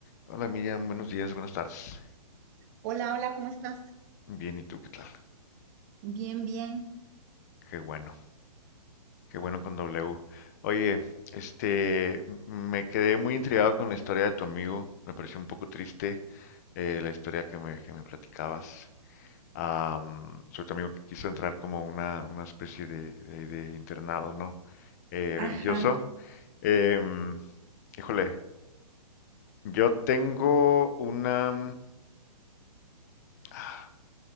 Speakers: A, on the left (about 25°); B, on the right (about 25°).
A: Hola Miriam, buenos días, buenas tardes.
B: Hola, hola, ¿cómo estás?
A: Bien, ¿y tú qué tal?
B: Bien, bien.
A: Qué bueno, qué bueno con W. Oye, este, m- me quedé muy intrigado con la historia de tu amigo. Me pareció un poco triste eh, la historia que me, que me platicabas. Am, sobre tu amigo que quiso entrar como una, una especie de, de- de internado, ¿no? Eh,
B: Ajá.
A: religioso. Em, híjole, yo tengo una... ah,